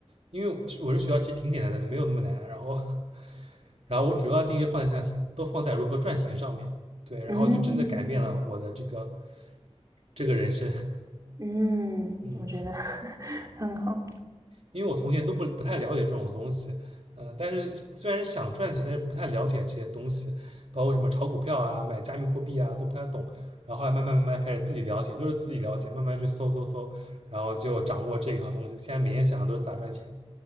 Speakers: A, on the right (about 65°); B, on the right (about 35°).
A: 因为我这学校其实挺简单的，没有那么难，然后。然后我主要精力放下都放在如何赚钱上面，对，然后就真的改变了我的这个
B: 嗯
A: 这个人生，
B: 嗯，
A: <laughs> 嗯，
B: 我觉得 <laughs> 很好，
A: 因为我从前都不不太了解这种东西，呃，但是虽然想赚钱，但是不太了解这些东西，包括什么炒股票啊、买加密货币啊，都不太懂。然后后来慢慢慢慢开始自己了解，都是自己了解，慢慢去搜搜搜，然后就掌握这一套东西。现在每天想的都是咋赚钱，